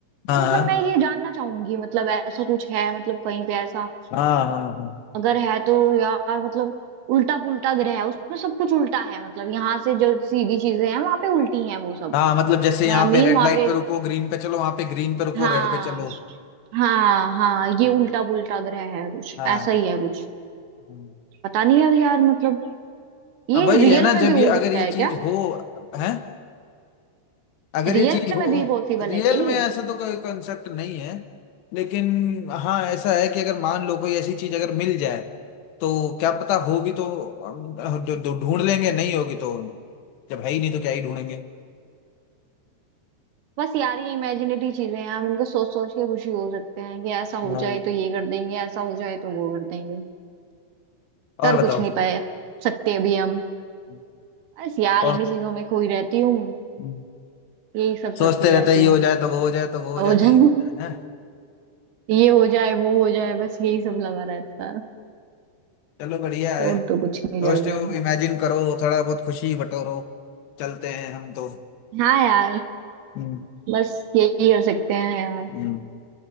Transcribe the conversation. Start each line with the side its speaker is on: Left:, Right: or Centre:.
Left: हाँ
Right: तो
Left: हाँ
Right: मतलब मैं ये जानना चाहूंगी मतलब ऐसा कुछ है मतलब कहीं पे ऐसा
Left: हाँ हाँ हाँ।
Right: अगर है तो यार मतलब उल्टा पुल्टा ग्रह है उसमें सब कुछ उल्टा है मतलब यहाँ से जो सीधी चीजें हैं वहां पे उल्टी हैं वो सब
Left: हाँ मतलब जैसे
Right: मैं
Left: यहाँ
Right: अमीर
Left: पे रेड
Right: वहां
Left: लाइट
Right: पे
Left: पे रुको ग्रीन पे चलो वहां पे ग्रीन पे रुको
Right: हाँ
Left: रेड पे चलो
Right: हाँ हाँ ये
Left: हाँ,
Right: उल्टा पुल्टा ग्रह है कुछ
Left: हाँ
Right: ऐसा ही है कुछ
Left: हाँ।
Right: पता नहीं अब यार मतलब ये
Left: अब वही
Right: रियल
Left: है ना
Right: में
Left: जब
Right: भी हो
Left: ये
Right: सकता
Left: अगर ये
Right: है क्या
Left: चीज हो है अगर
Right: रियल
Left: ये चीज हो
Right: में भी पॉसिबल
Left: रियल
Right: है क्या ये
Left: में ऐसा तो कोई कॉन्सेप्ट नहीं है लेकिन हाँ ऐसा है कि अगर मान लो कोई ऐसी चीज अगर मिल जाए तो क्या पता होगी तो हम ढू- ढू- ढूंढ लेंगे नहीं होगी तो जब है ही नहीं तो क्या ही ढूंढेंगे
Right: बस यार ये इमेजिनेटरी चीजें हैं हम इनको सोच सोच के खुशी हो सकते हैं कि ऐसा हो
Left: हाँ,
Right: जाए तो ये कर देंगे ऐसा हो जाए तो वो कर देंगे कर
Left: और बताओ
Right: कुछ नहीं पाए सकते अभी हम
Left: हम्म,
Right: बस यार
Left: और
Right: इन्हीं चीजों में खोई रहती हूँ
Left: हम्म,
Right: यही सब
Left: सोचते
Right: करती
Left: रहते
Right: रहती
Left: हैं, ये
Right: हूँ
Left: हो जाए तो वो हो जाए तो वो हो
Right: हो
Left: जाए तो
Right: जाए
Left: ये हो जाए है
Right: <laughs> ये हो जाए वो हो जाए बस यही सब लगा रहता है
Left: चलो बढ़िया है
Right: और तो कुछ नहीं
Left: पॉजिटिव
Right: चल रहा है
Left: इमेजिन करो थोड़ा बहुत खुशी बटोरो चलते हैं हम तो
Right: हाँ यार
Left: हम्म
Right: बस यही कर सकते हैं यार
Left: हम्म।